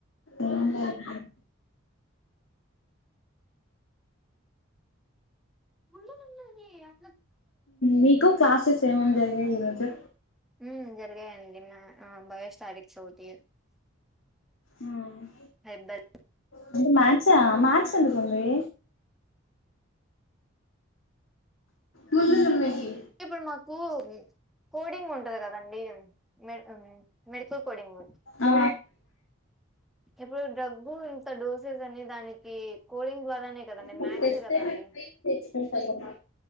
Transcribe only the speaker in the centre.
ఉండనుండని యా.
ఉమ్ జరిగాయండి మ్యా, బయో స్టాటిక్స్ తీ.
హెర్బల్.
ఏప్పుడ్ మాకు. ఓ. కోడింగ్ ఉంటది కదండీ. మె ఉమ్ మెడికల్ కోడింగు.
ఇప్పుడు దగ్గు, ఇంత డోసెస్ అనీ దానికి. కోడింగ్ ద్వారానే కదండి
మ్యాథ్సే కదా
అది